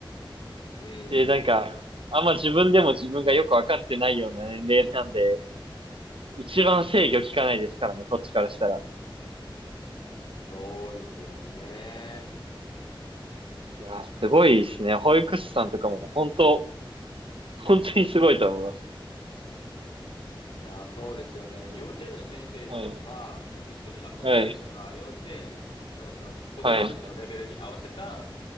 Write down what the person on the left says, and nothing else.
う
ん。
そうですよね。
いやー、そうですよね。幼稚園の先生は、
こう一緒に遊んだりとか、
幼稚園のその子供たちのレベルに合わせた、